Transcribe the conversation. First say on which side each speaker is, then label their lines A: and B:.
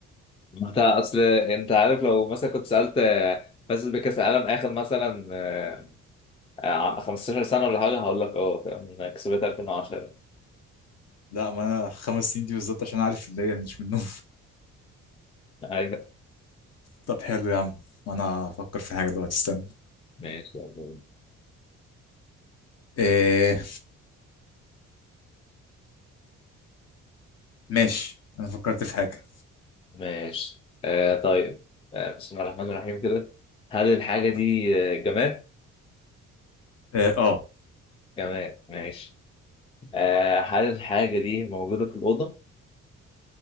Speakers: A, on the left; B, on the left.
A: ما انت اصل انت عارف لو مثلا كنت سالت آه، فاز بكاس العالم اخر مثلا آه، آه، 15 سنه ولا حاجه هقول لك اه فاهم انا كسبتها 2010
B: <laughs> لا ما انا خمس سنين دي بالظبط عشان عارف اللي هي مش منهم
A: ايوه
B: طب حلو يا عم انا افكر في حاجه دلوقتي استنى
A: ماشي يلا
B: إيه ماشي انا فكرت في حاجه
A: ماشي آه طيب آه بسم الله الرحمن الرحيم كده هل الحاجه دي آه، جماد
B: اه آه.
A: جماد ماشي آه هل الحاجه دي موجوده في الاوضه